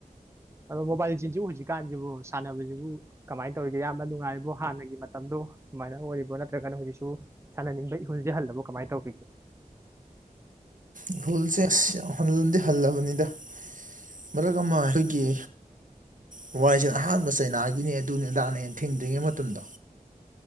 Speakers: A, on the right; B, on the right.
A: ꯑꯗꯨ ꯃꯣꯕꯥꯏꯜ ꯔꯤꯖ°ꯁꯤꯕꯨ ꯍꯧꯖꯤ ꯀꯥꯟꯕꯨ ꯁꯅꯥꯕꯁꯤꯕꯨ ꯀꯃꯥꯏꯅꯥ ꯇꯧꯔꯤꯒꯦ ꯌꯥꯝꯅ ꯅꯨꯡꯉꯥꯏꯔꯤꯕꯣ ꯍꯥꯟꯅꯒꯤ ꯃꯇꯝꯗꯣ ꯑꯗꯨꯨꯃꯥꯏꯅꯥ ꯑꯣꯏꯔꯤꯕ꯭ꯔꯣ ꯅꯠꯇ꯭ꯔꯒꯅꯥ ꯍꯧꯖꯤꯛꯁꯨ ꯁꯥꯟꯅꯅꯤꯡꯕꯒꯤ ꯏꯍꯨꯜꯖꯤ ꯍꯟꯔꯕꫭ ꯀꯃꯥꯏꯅ ꯇꯧꯔꯤꯒꯦ
B: ꯏꯍꯨꯜꯁꯦ ꯑꯥꯁ ꯌꯥꯝꯅ ꯍꯜꯗꯤ ꯍꯜꯂꯕꯅꯤꯗꯥ ꯃꯔꯛ ꯑꯃ ꯑꯩꯈꯣꯏꯒꯤ꯫ ꯃꫭꯕꯥꯏꯔꯤꯖ°ꯟ ꯑꯍꯥꯟꯕ ꯆꯩꯅꯥꯒꯤꯅꯦ ꯑꯗꯨꯅꯤ ꯑꯗꯥꯥꯛꯅ ꯑꯩꯅ ꯊꯦꯡꯗ꯭ꯔꯤꯉꯩ ꯃꯇꯝꯗꯣ꯫